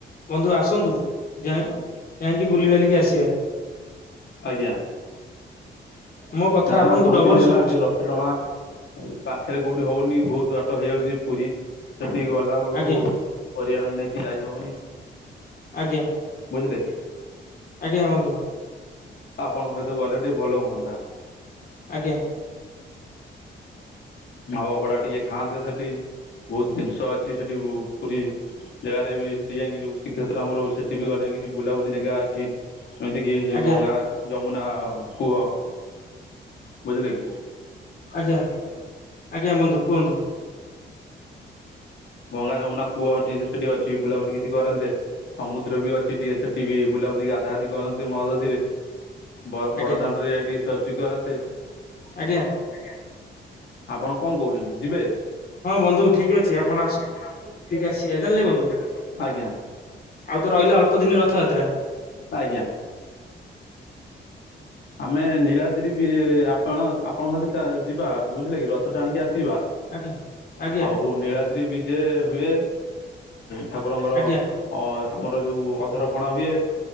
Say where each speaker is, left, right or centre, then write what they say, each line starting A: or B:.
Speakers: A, on the left; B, on the left.
A: ବନ୍ଧୁ ଆସନ୍ତୁ ଯାଇ ଯାଇକି ବୁଲିିବାଲିକି ଆସିବା।
B: ଆଜ୍ଞା,
A: ମୋ କଥା
B: କାଇଁନା
A: ଆପଣଙ୍କୁ
B: ବହୁତ
A: ଡବଲ
B: ଦିନ ହେଲା
A: ଶୁଭୁଛି
B: ଟିକେ ରଥ ଟଣା। ଉ ପାଖରେ କୋଉଠି ହଉନି, ବହୁତ ବାଟ ହେଇଯାଉଛି ପୁରୀ ସେଠି ଗଲା ବେଳକୁ।
A: ଆଜ୍ଞା
B: ପରିବାର ନେଇକି ଯାଇହଉନି।
A: ଆଜ୍ଞା।
B: ବୁଝିଲେ କି?
A: ଆଜ୍ଞା ବନ୍ଧୁ।
B: ଆପଣଙ୍କ ସହିତ ଗଲେ ଟିକେ ଭଲ ହୁଅନ୍ତା।
A: ଆଜ୍ଞା।
B: ଆଉ ଅବଡା ଟିକେ ଖାଆନ୍ତେ ସେଠି, ବହୁତ ଜିନିଷ ଅଛି ସେଠି ପୁରୀ। ଜାଗାରେ ବି ସେଠି ଯାଇକି ଯୋଉ ଶ୍ରୀକ୍ଷେତ୍ର ଆମର ସେଠି ଗଲେ କିଛି ବୁଲାବୁଲି ଜାଗା ଅଛି। ଏମିତିକି
A: ଆଜ୍ଞା
B: ଗଙ୍ଗା ଯମୁନା କୂଅ ବୁଝିଲେ କି?
A: ଆଜ୍ଞା ଆଜ୍ଞା ବନ୍ଧୁ କୁହନ୍ତୁ?
B: ଗଙ୍ଗା ଯମୁନା କୂଅ ହଛି ସେଠି ଅଛି, ବୁଲାବୁଲି କିଛି କରନ୍ତେ। ସମୁଦ୍ର ବି ଅଛି ଟିକେ ସେଠି ବି ବୁଲାବୁଲି ଗାଧାଗାଧି କରନ୍ତି ମହୋଦଧିରେ। ବ
A: ଆଜ୍ଞା
B: ବଡଦାଣ୍ଡ ରେ ଟିକେ ଶୁଆଶୁଇ କରନ୍ତେ।
A: ଆଜ୍ଞା।
B: ଆଜ୍ଞା, ଆପଣ କଣ କହୁଛନ୍ତି ଯିବେ?
A: ବନ୍ଧୁ
B: ହଁ
A: ଠିକ
B: ବନ୍ଧୁ
A: ଆପଣ
B: ଠିକ ଅଛି, ଆପଣ ଆସନ୍ତୁ ଯିବା ବୁଲିବାଲିକି
A: ଆସିବା ଜାଣିଲେ
B: ଆସିବା,
A: ବନ୍ଧୁ
B: ଆଜ୍ଞା।
A: ଆଉ ତ ରହିଲା ଅଳ୍ପ ଦିନ ରଥଯାତ୍ରା।
B: ଆଜ୍ଞା। ଆମେ ନିଳାଦ୍ରି ବି ଆପଣ ଆପଣଙ୍କ ଯିବା ବୁଝିଲେ କିି? ରଥ। ରଥ ଟାଣିକି ଆସିବା,
A: ଆଜ୍ଞା ଆଜ୍ଞା
B: ଆଉ ନିଳାଦ୍ରି ବିଜେ ହୁଏ। ଠାକୁରଙ୍କର
A: ଆଜ୍ଞା
B: ଅ ଆମର ଯୋଉ ଅଧରପଣା ହୁଏ।